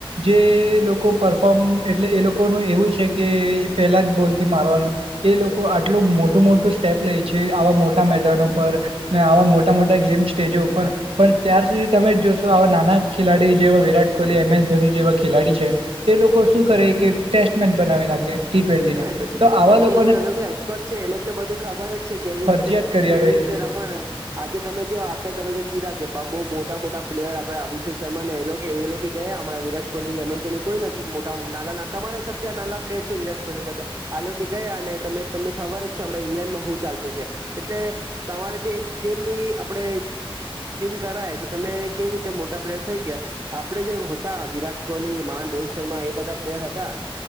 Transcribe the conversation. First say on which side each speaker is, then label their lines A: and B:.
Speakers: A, on the right (about 80°); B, on the right (about 35°).
A: જે લોકો પરફોમ એટલે એ લોકોનું એવું છે કે પેલા જ બોલ થી મારવાનું. એ લોકો આટલું મોટું મોટું સ્ટેપ લે છે આવા મોટા મેદાનો પર. ને આવા મોટા મોટા ગેમ સ્ટેજો ઉપર. પણ ત્યાર સુધી તમે જોશો આવા નાના ખેલાડી જેવા વિરાટ કોહલી એમ એસ ધોની જેવા ખેલાડી છે એ લોકો શું કરે કે ટેસ્ટ મેચ બનાવી નાખે ટી ટ્વેી
B: હા
A: ને,
B: એ છે
A: તો આવા
B: કેમ
A: લોકો
B: કે જે એ એક્સપર્ટ છે એ લોકોને બધું ખબર જ છે કેવી
A: ફરજિયાત
B: રીતે
A: કર્યા
B: કેવી
A: રહ્યું
B: રીતે
A: છું
B: રમવાના. આજે તમે જો અત્યારે તમે જે કીધા કે બાુ મોટા મોટા પ્લેયર આપે અભિષેક શર્મા ને એેલો કે એ લોકો ગયા હમણાં વિરાટ કોહલી, એમ એસ ધોની કોઈ નથી મોટા નાના તમારા હિસાબથી આ નાનાલા પ્લેયર છે વિરાટ કોહલી બધા આ લોકો કે ગયા અને ત તમને ખબર જ છે હમણાં ઈંગ્લેન્ડ માં હું ચાલતું છે, એટલે તમારે ત્યાં એક ગેમ ની આપડે સ્પિન કરાય તો તમે કેવી રીતે મોટા પ્લેયર થઈ ગ્યા. આપડે જે હતા વિરાટ કોહલી મહાન રોહિત શર્મા એ બધા પ્લેયર હતા.